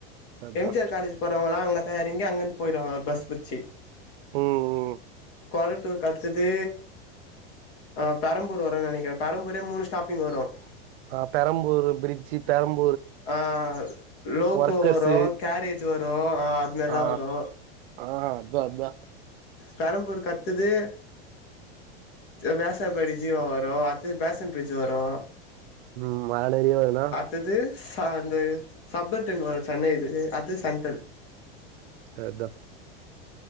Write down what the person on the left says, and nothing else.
எம் ஜி ஆர் காலேஜ் போறவங்களா அங்க தா எறங்கி அங்கேருந்து போயிடுவாங்க ஒரு பஸ் புச்சு
கொரட்டூருக்கு அத்தது அ பெரம்பூர் வரு நெனைக் க்றே பெரம்பூரே மூணு ஸ்டாப்பிங் வரும்
ஆ லோக்கோ
வரு கேரேஜ் வரு ஆ அங்கல்லா
வரு
பெரம்பூர்க்கு அட்த்தது வியாசர்பாடி ஜீவா வரு அட்த்தது பேசன் பிரிட்ஜ் வரு
அடுத்தது ச அந்த சப்பர் டென் வரு சென்னை இது அது சென்ட்ரல்